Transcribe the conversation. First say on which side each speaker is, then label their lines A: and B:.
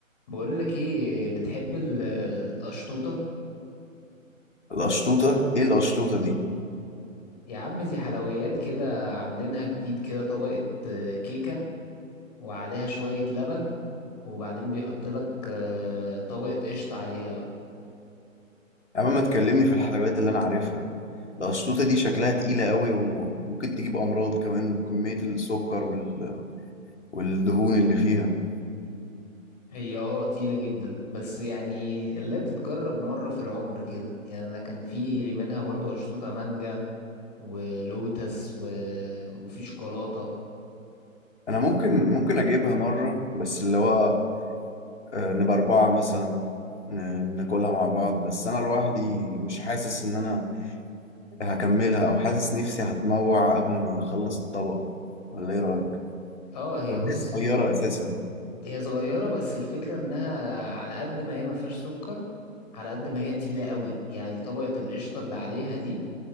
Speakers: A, on the left; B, on the left.
A: بقول لك ايه بتحب ال- القشطوطه
B: القشطوطة ايه القشطوطة دي
A: يا عم دي حلويات كده عاملينها جديد كده طبقه آه، كيكه وعليها شويه لبن وبعدين بيحط لك آه، طبقه قشطه عليها بقى
B: يا عم ما تكلمني في الحلويات اللي انا عارفها القشطوطة دي شكلها تقيلة قوي وممكن تجيب امراض كمان وكمية السكر وال... والدهون اللي فيها
A: هي اه تقيله جدا بس يعني اللي تتجرب مره في العمر كده يعني انا كان في منها برضو قشطوطه مانجا ولوتس و... وفي شوكولاته
B: انا ممكن ممكن اجيبها مرة بس اللي هو آه، نبقى اربعة مثلا ن- ناكلها مع بعض بس انا لوحدي مش حاسس ان انا هكملها او حاسس نفسي هتموع قبل ما اخلص الطبق ولا ايه رأيك
A: اه هي
B: ولا
A: بص
B: هي صغيرة اساسا
A: هي صغيرة بس الفكرة انها على قد ما هي ما فيهاش سكر على قد ما هي تقيلة قوي يعني طبقة القشطة اللي عليها دي